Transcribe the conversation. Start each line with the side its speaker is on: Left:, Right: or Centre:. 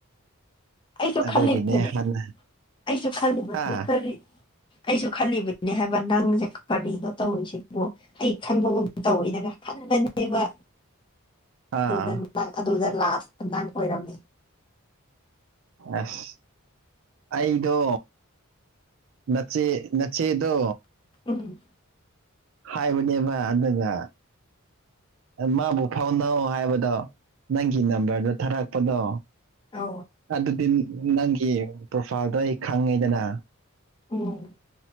Left: ꯑꯩꯁꯨ
Right: ꯑꯗꯨꯒꯤꯅꯦ
Left: ꯈꯜꯂꯤꯕꯗꯨꯅꯦ
Right: ꯍꯥꯟꯅ
Left: ꯑꯩꯁꯨ ꯈꯜꯂꯤꯕꯗꯨꯅꯤ
Right: ꯍꯥ
Left: ꯀꯔꯤ ꯑꯩꯁꯨ ꯈꯜꯂꯤꯕꯅꯤ ꯅꯦ ꯍꯥꯏꯕ ꯅꯪꯁꯦ ꯀꯔꯤꯅꯣ ꯇꯧꯔꯤꯁꯤꯕꯣ ꯑꯩ ꯈꯟꯕꯒꯨꯝ ꯇꯧꯋꯤꯗꯒ ꯐꯕꯅꯦꯕ
Right: ꯑꯥ
Left: ꯑꯗꯨꯗ ꯑꯗꯨꯗ ꯂꯥꯁꯇꯪ ꯑꯣꯏꯔꯝꯃꯤ
Right: ꯑꯁ ꯑꯩꯗꯣ ꯅꯆꯦ ꯅꯆꯦꯗꯣ
Left: ꯎꯝ
Right: ꯍꯥꯏꯕꯅꯦꯕ ꯑꯗꯨꯒ ꯃꯥꯕꯨ ꯐꯥꯎꯅꯧ ꯍꯥꯏꯕꯗꯣ ꯅꯪꯒꯤ ꯅꯝꯕꯔꯗꯣ ꯊꯥꯔꯛꯄꯗꯣ
Left: ꯑ
Right: ꯑꯗꯨꯗꯤ ꯅꯪꯒꯤ ꯄ꯭ꯔꯣꯐꯥꯏꯜꯗꯣ ꯑꯩ ꯈꯪꯉꯤꯗꯅ
Left: ꯑꯣꯝ